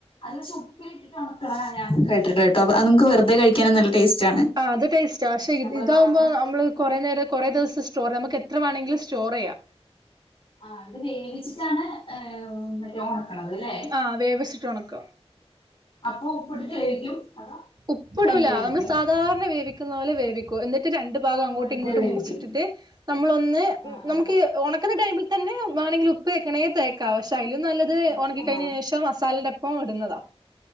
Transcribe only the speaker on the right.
ആ അത് ടേസ്റ്റാ പക്ഷെ
ഇതാാവുമ്പോ
നമ്മള് കൊറേ നേരം കൊറേ ദ്‌വസം സ്റ്റോർ നമക്കെത്ര വേണെങ്കിലും സ്റ്റോറെയ്യാം
ആ വേവിച്ചിട്ട് ഒണക്ക
ഉപ്പിടൂല
നമ്മൾ സാധാരണ വേവിക്കുന്ന പോലെ വേവിക്കൂ എന്നിട്ട് <unintelligible> രണ്ടു ഭഗം അങ്ങോട്ടും
ഇങ്ങോട്ടും
മുറിച്ചിട്ടിട്ട് നമ്മളൊന്ന്
നമുക്ക്
ഈ ഉണക്കുന്ന ടൈമിൽ തന്നെ വണെങ്കിൽ ഉപ്പ് തേക്കണക്കിൽ തേക്കാ പക്ഷെ അതിലും നല്ല ഇത്
ഉണക്കി കഴിഞ്ഞന്
ശേഷം മസാലയുടെ ഒപ്പം ഇടുന്നതാ